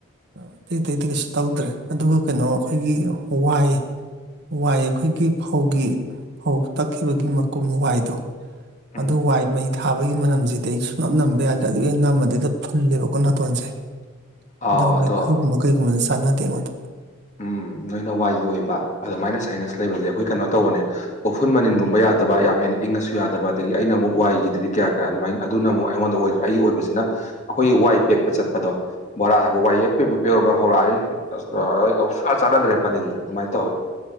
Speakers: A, on the right; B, on the left.
A: ꯑꯇꯩ ꯑꯇꯩꯗꯤ ꯀꯩꯁꯨ ꯇꯧꯗ꯭ꯔꯦ ꯑꯗꯨꯒ ꯀꯩꯅꯣ ꯑꯩꯈꯣꯏꯒꯤ ꯋꯥꯏ ꯋꯥꯏ ꯑꯩꯈꯣꯏꯒꯤ ꯐꯧꯒꯤ ꯐꯧ ꯇꯛꯈꯤꯕꯒꯤ ꯃꯀꯨꯨꯝ ꯋꯥꯏꯗꯣ
B: ꯎꯝ
A: ꯑꯗꯨ ꯋꯥꯏ ꯃꯩ ꯊꯥꯕꯒꯤ ꯃꯅꯝꯁꯦ ꯁꯤꯗꯤ ꯑꯩ ꯁꯨꯡꯅꯞ ꯅꯝꯕ ꯌꯥꯗ꯭ꯔꯦ ꯑꯗꯨꯒꯤ ꯅꯝꯃꯗꯤ ꯍꯦꯛꯇ ꯐꯨꯜꯂꯦꯕꯀꯣ ꯅꯥꯇꯣꯟꯁꯦ
B: ꯑꯥꯎ
A: ꯑꯗꯨ ꯃꯩꯈꯨ
B: ꯑꯗꯣ
A: ꯒꯨꯝꯕ ꯀꯩꯒꯨꯝꯕꯁꯦ ꯆꯥꯟꯅꯗꯦ ꯑꯩꯉꯣꯟꯗ
B: ꯎꯝ ꯅꯣꯏꯅ ꯋꯥꯏꯒꯤ ꯑꯣꯏꯕ ꯑꯗꯨꯃꯥꯏꯅ ꯁꯥꯏꯅꯁ ꯂꯩꯕꯁꯦ ꯑꯩꯈꯣꯏ ꯀꯩꯅꯣ ꯇꯧꯕꯅꯦ ꯑꯣꯐꯨꯟ ꯃꯅꯤꯟꯒꯨꯝꯕ ꯌꯥꯗꯕ ꯌꯥꯝ ꯍꯦꯟꯅ ꯏꯪꯉꯁꯨ ꯌꯥꯗꯕ ꯑꯗꯒꯤ ꯑꯩꯅ ꯑꯃꯨꯛ ꯋꯥꯏꯒꯤꯗꯗꯤ ꯀꯌꯥ ꯀꯌꯥ ꯑꯗꯨꯃꯥꯏꯅ ꯑꯗꯨꯅ ꯑꯃꯨꯛ ꯑꯩꯉꯣꯟꯗ ꯑꯣꯏ ꯫ ꯑꯩꯒꯤ ꯑꯣꯏꯕꯁꯤꯅ ꯑꯩꯈꯣꯏꯒꯤ ꯋꯥꯏ ꯄꯦꯛꯄ ꯆꯠꯄꯗꯣ ꯕꯣꯔꯥ ꯍꯥꯏꯕ ꯋꯥꯏ ꯍꯦꯛ ꯄꯦꯛꯄꯨ ꯄꯦꯛꯎꯔꯕ ꯍꯧꯔꯑꯅꯤ ꯑꯁ ꯑꯩ ꯁꯨꯛꯆꯥ ꯆꯥꯟꯅꯗ꯭ꯔꯦ ꯃꯅꯤꯜꯖꯦ ꯑꯗꯨꯃꯥꯏꯅ ꯇꯧꯋꯤ